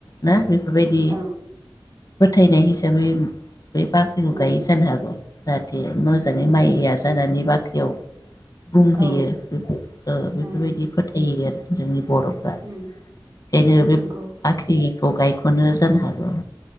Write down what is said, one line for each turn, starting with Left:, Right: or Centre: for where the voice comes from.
Left: ना बि बेफोरबायदि
Right: ओं
Left: थायनाय हिसाबै बे बाख्रिखौ गायै
Right: उम
Left: जानो हागौ जाहाथे मोजाङै
Right: उम
Left: माइया जानानै बाख्रियाव बुंहैयो
Right: औ
Left: बेफो ओ बेफोरबायदि
Right: उम
Left: फोथायो आरो जोंनि बर'फ्रा
Right: उम
Left: बेनो बे
Right: नंगौ
Left: बाख्रि खौ गायख'नो जानो हागौ।